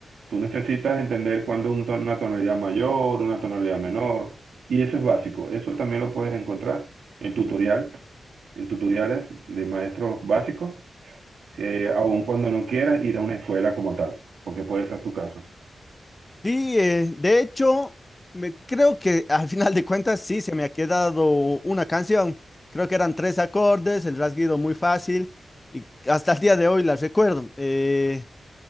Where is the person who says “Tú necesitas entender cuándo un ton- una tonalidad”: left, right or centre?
Right